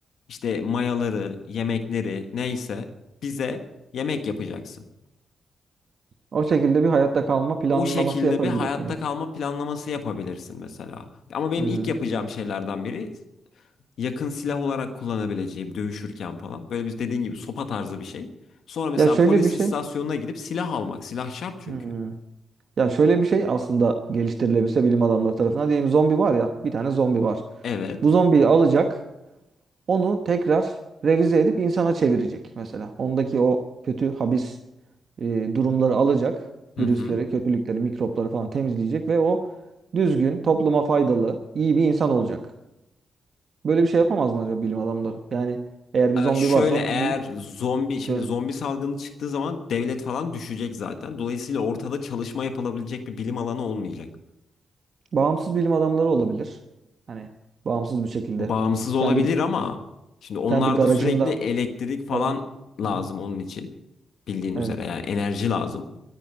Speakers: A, on the left (about 70°); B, on the right (about 60°).
A: işte mayaları, yemekleri neyse bize yemek yapacaksın.
B: O şekilde bir hayatta kalma planlaması
A: O şekilde
B: yaparım
A: bir hayatta
B: diyorsun yani.
A: kalma planlaması yapabilirsin mesela. Ama benim
B: Hmm.
A: ilk yapacağım şeylerden biri yakın silah olarak kullanabileceğim dövüşürken falan. Böyle biz dediğin gibi sopa tarzı bir şey. Sonra mesela
B: Ya şöyle
A: polis
B: bir şey.
A: istasyonuna gidip silah almak. Silah şart çünkü.
B: Hmm. Ya şöyle bir şey aslında geliştirilebilse bilim adamları tarafından. Diyelim zombi var ya, bir tane zombi var.
A: Evet.
B: Bu zombiyi alacak, onu tekrar revize edip insana çevirecek mesela. Ondaki o kötü habis e, durumları alacak,
A: Hı
B: virüsleri,
A: hı.
B: kötülükleri, mikropları falan temizleyecek ve o düzgün, topluma faydalı, iyi bir insan olacak. Böyle bir şey yapamaz mı acaba bilim adamları? Yani eğer bir
A: Ee,
B: zombi
A: şöyle
B: varsa onu
A: eğer
B: bir
A: zombi şimdi
B: dön.
A: zombi salgını çıktığı zaman devlet falan düşecek zaten. Dolayısıyla ortada çalışma yapılabilecek bir bilim alanı olmayacak.
B: Bağımsız bilim adamları olabilir. Hani bağımsız bir şekilde.
A: bağımsız
B: Kendi
A: olabilir ama şimdi onlarda
B: Kendi garajında
A: sürekli elektrik falan
B: falan.
A: lazım
B: Hı hı.
A: onun için. Bildiğin
B: Evet.
A: üzere yani enerji lazım.